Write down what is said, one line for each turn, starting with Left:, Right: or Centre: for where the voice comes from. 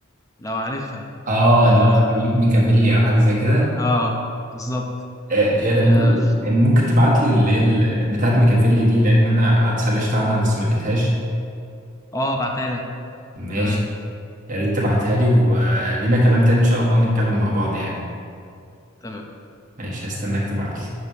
Left: لو عارفها
Right: اه
Left: اه,
Right: اللي هو خليك ميكافيلي او حاجه زي كده
Left: آه بالظبط
Right: آه، اللي هي
Left: اه,
Right: بقول ممكن تبعت لي اللي هي ال- بتاعت ميكافيلي دي لان انا قعدت سرشت عنها بس ما لقيتهاش
Left: آه بعتها لك
Right: ماشي
Left: تمام
Right: يا ريت تبعتها لي ولينا كلام تاني ان شاء الله نتكلم مع بعض يعني
Left: تمام
Right: ماشي هستناك تبعت لي